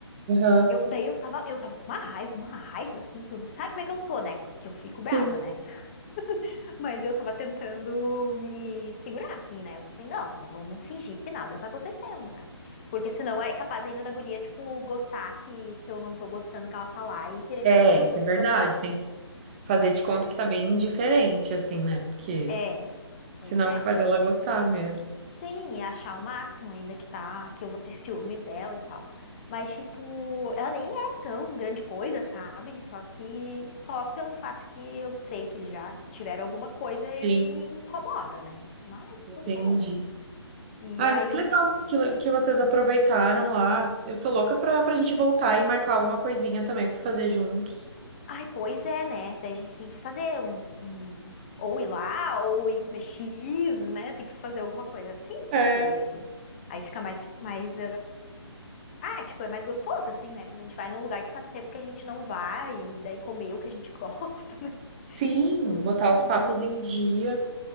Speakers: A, on the right (about 20°); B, on the left (about 25°).
A: Aham.
B: Eu, daí eu tava, eu tava com uma raiva, uma raiva, assim, tu sabe como é que eu sou, né? Que eu fico
A: Sim.
B: braba, né? <laughs> Mas eu tava tentando me segurar, assim, né? Eu pensei, não, vamos fingir que nada tá acontecendo, né? Porque senão é capaz ainda da guria, tipo, gostar que, que eu não tô gostando que ela tá lá e querer
A: É,
B: fazer alguma
A: isso
B: coisa
A: é verdade.
B: de propósito,
A: Tem fazer de conta
B: né?
A: que tá bem indiferente, assim, né? Porque
B: É, pois
A: senão
B: é.
A: é capaz dela gostar mesmo.
B: Sim, e achar o máximo ainda que tá, que eu vou ter ciúmes dela e tal. Mas, tipo, ela nem é tão grande coisa, sabe? Só que, só pelo fato que eu sei que eles já tiveram alguma coisa,
A: Sim.
B: me incomoda, né? Mas
A: Entendi.
B: tudo bem, né? E
A: Ah,
B: aí,
A: mas que legal
B: no fim.
A: que, le- que vocês aproveitaram lá. Eu tô louca pra, pra gente voltar e marcar alguma coisinha também pra fazer juntos.
B: Ai, pois é, né? Daí a gente tem que fazer um, um- Ou ir lá, ou ir comer X, né? Tem que fazer alguma coisa assim,
A: É.
B: porque aí fica mais, mais Ah, tipo, é mais gostoso, assim, né? Quando a gente vai num lugar que faz tempo que a gente não vai e daí comer o que a gente <laughs> gosta, né?
A: Sim,
B: Tipo,
A: botar
B: é
A: os
B: muito
A: papos
B: bom.
A: em dia.